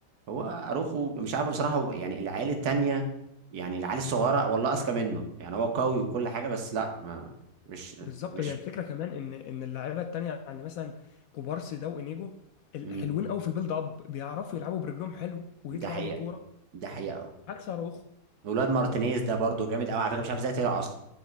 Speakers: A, on the right; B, on the left.
A: هو اروخو مش عارف بصراحه هو يعني العيال التانية يعني العيال الصغيره والله اذكى منه يعني هو قوي وكل حاجه بس لا ما مش
B: بالظبط
A: مش
B: هي الفكره كمان ان ان اللعيبه التانيه يعني مثلا كوبارسي ده وانيجو ال-
A: مم.
B: حلوين قوي في البيلد اب بيعرفوا يلعبوا برجلهم حلو ويطلعوا
A: ده حقيقه
B: بالكوره
A: ده حقيقه أوي.
B: عكس اراوخو
A: ولاد مارتينيز ده برضو جامد قوي على فكره مش عارف ازاي طلع اصلا